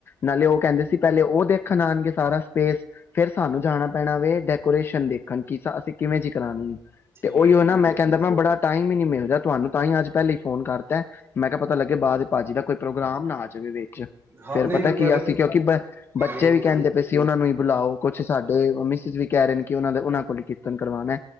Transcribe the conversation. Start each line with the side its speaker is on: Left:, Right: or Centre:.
Left: ਨਾਲੇ ਉਹ ਕਹਿੰਦੇ ਸੀ ਪਹਿਲੇ ਉਹ ਦੇਖਣ ਆਣਗੇ ਸਾਰਾ ਸਪੇਸ ਫੇਰ ਸਾਨੂੰ ਜਾਣਾ ਪੈਣਾ ਵੇ ਡੈਕੋਰੇਸ਼ਨ ਦੇਖਣ ਕੀ ਅਸੀਂ ਕਿਵੇਂ ਜੀ ਕਰਾਣੀ ਏ।
Right: ਠੀਕ
Left: ਤੇ ਉਹੀਓ
Right: ਹੈ ਠੀਕ
Left: ਨਾ ਮੈਂ
Right: ਹੈ
Left: ਕਹਿੰਦਾ
Right: ਠੀਕ
Left: ਮੈਂ ਬੜਾ ਟਾਈਮ ਹੀ ਨੀ ਮਿਲਦਾ ਤੁਹਾਨੂੰ ਤਾਂ ਹੀ ਅੱਜ ਪਹਿਲੇ ਹੀ ਫੋਨ ਕਰਤਾ ਮੈਂ ਕਿਹਾ ਪਤਾ ਲੱਗੇ ਬਾਅਦ ਦੇ ਭਾਜੀ ਦਾ ਕੋਈ ਪ੍ਰੋਗਰਾਮ ਨਾ ਆ ਜਾਵੇ ਵ ਚ
Right: ਹਾਂ
Left: ਫੇਰ
Right: ਨਹੀਂ
Left: ਪਤਾ
Right: ਨਹੀਂ ਪਹਿਲੇ
Left: ਕੀ ਅਸੀ ਕਿਉਂਕਿ ਬ ਬੱਚੇ
Right: ਹਮ
Left: ਵੀ ਕਹਿੰਦੇ ਪਏ ਸੀ ਉਹਨਾ ਨੂੰ ਬੁਲਾਓ ਕੁਛ ਸਾਡੇ ਮਿਸਿਜ ਵੀ ਕਹਿ ਰਹੇ ਨੇ ਕਿ ਉਹਨਾਂ ਦਾ ਉਹਨਾਂ ਕੋਲ ਹੀ ਕੀਰਤਨ ਕਰਵਾਣਾ।